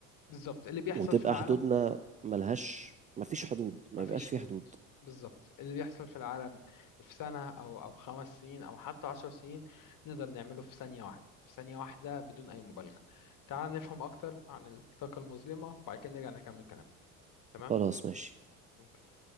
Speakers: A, on the left (about 45°); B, on the right (about 20°).
A: بالظبط اللي بيحصل
B: وتبقى
A: في العالم
B: حدودنا ملهاش مفيش حدود ما
A: مفيش
B: يبقاش في
A: حدود
B: حدود
A: بالظبط اللي بيحصل في العالم في سنة أو أو خمس سنين أو حتى عشر سنين نقدر نعمله في ثانية واحدة في ثانية واحدة بدون أي مبالغة تعال نفهم أكتر عن الطاقة المظلمة وبعد كده نرجع نكمل كلامنا تمام؟
B: خلاص ماشي
A: أوكي